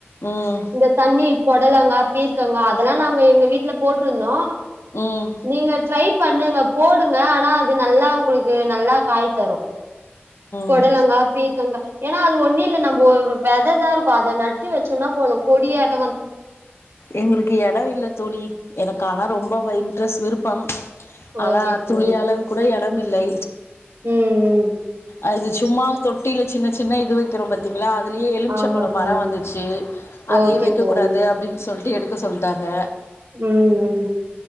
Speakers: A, on the left (about 85°); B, on the right (about 80°).
A: ம்
B: இந்த தண்ணீர் பொடலங்கா பீர்க்கங்கா அதெல்லா நாங்க எங்க வீட்ல போட்ருந்தோ
A: ம்
B: நீங்க ட்ரை பண்ணுங்க போடுங்க ஆனா அது நல்லா உங்களுக்கு நல்லா காய் தரு பொடலங்கா
A: ம்
B: பீர்க்கங்கா ஏன்னா அது ஒன்னு இல்ல நம்ப ஒரு விததா இருக்கு அத நட்டு வெச்சோன்னா போது கொடியாட்
A: எங்களுக்கு எடோ இல்ல தோழி எனக்கு ஆனா ரொம்போ இன்ட்ரெஸ்ட் விருப்பம் ஆனா
B: ஓகே தோழி
A: துளியளவு கூட எட எடம் இல்லை
B: ம் ம்
A: அது சும்மா தொட்டில சின்ன சின்ன இது வெக்கிறோம் பாத்தீங்களா வெளிய எலும்சப்பழோ
B: ஆமா தோழி
A: மரோ வந்துச்சு அதே
B: ஓகே
A: வெக் வெக்க
B: தோழி
A: கூடாது அப்டின் சொல்டு எடுக்க சொல்டாங்க
B: ம் ம்